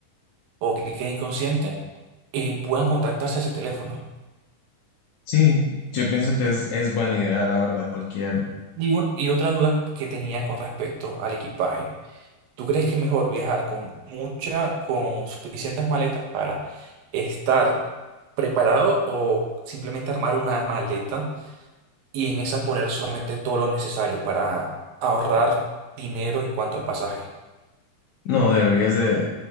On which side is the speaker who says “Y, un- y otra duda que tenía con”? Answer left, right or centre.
Right